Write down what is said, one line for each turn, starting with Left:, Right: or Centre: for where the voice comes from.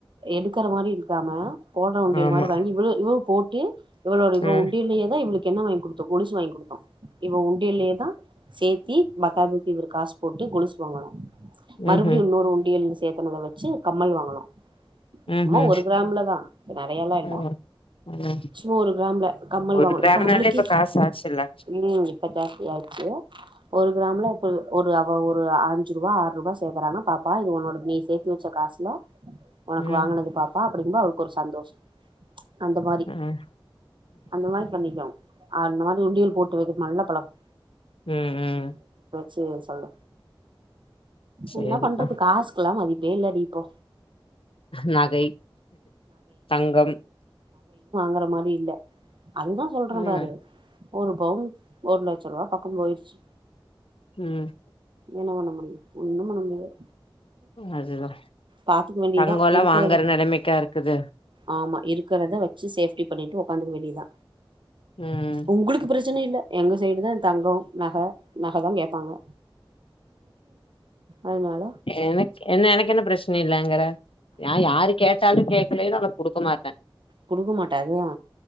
Right: எடுக்கற மாரி இருக்காம போடற உண்டியல்
Left: ஆமா
Right: மாரி வாங்கி இவ்ளோ இவ்வ போட் கே இவளோட இவ
Left: ம்
Right: உண்டலியேதா இவளுக் என்ன வாங்கி குடுத்த கொலுசு வாங் கொடுத்தோ இவ உண்டியிலயே தா சே த்தி பத்தாக்கு இவரு காசு போட்டு கொலுசு வாங்கணு
Left: ம்
Right: மறுபடியு இன்னூரு உண்டியல் சேத் த்துனல வச்சி கம்மல் வாங்கனு
Left: ம்
Right: சும்மா
Left: ம்
Right: ஒரு கிராம்ல தா இ நெறையல்லா இல்ல
Left: ம் ம்
Right: சும்மா ஒரு கிராம்ல கம்மல்
Left: ஒரு
Right: வாங்கணு
Left: கிராம்னாலே
Right: இப்ப அவலுக்கே
Left: காசு ஆச்சுல்ல
Right: ம் இப்ப ஜாஸ்தியாச்சி ஒரு கிராம்ல இப்ப ஒரு அவ ஒரு அஞ்சு ரூவா ஆறு ரூவா சேர்க்கறானா பாப்பா இது உனோட நீ சேர்த்து வச்ச காசுல உனக்கு
Left: ம்
Right: வாங்கனது பாப்பா அப்பிடிபோ அவருக்கு ஒரு சந்தோஷோ அந்த மாரி
Left: ம்
Right: அந்த மாரி பண்ணிக்காங் ஆனாலு உண்டியல் போட்டு வைக்குது நல்ல பழக்
Left: ம் ம்
Right: சே சொல்லு
Left: சேரிக்கா
Right: என்னா பண்றது காசுக்கெல்லா மதிப் வேல்லடிப்போ
Left: நகை தங்கம்
Right: வர மாரி இல்ல அதுதா சொல்றே
Left: ம்
Right: பாரு ஒரு பவுன் ஒரு லட்சம் ரூவா பக்கம் போயிருச்
Left: ம்
Right: என்ன பண்ண முடியு ஒன்னும் பண்ண முடியாது
Left: அதுதா
Right: பாத்துக்க வேண்டியதா
Left: தங்கோல்லா
Right: இருக்கறத
Left: வாங்குற நெலைமைக்கா இருக்குது
Right: ஆமா இருக்கிறத வச்சி சே சேஃப்டி பண்ணிட்டு உக்காந்துக்க வேண்டியதா
Left: ம்
Right: உங்களுக்கு பிரச்சன இல்லை எங்க சைடு தான் தங்கம் நகை நகை தான் கேப்பாங்க அதுனால
Left: எனக்கு என்ன எனக்கு என்ன பிரச் சின இல்லங்கிற நா யாரு கேட்டாலும் கேக் அந்த மேரிலா அவனுக்கு குடுக்க மாட்டேன்
Right: குடுக்க மாட்டா அதுதா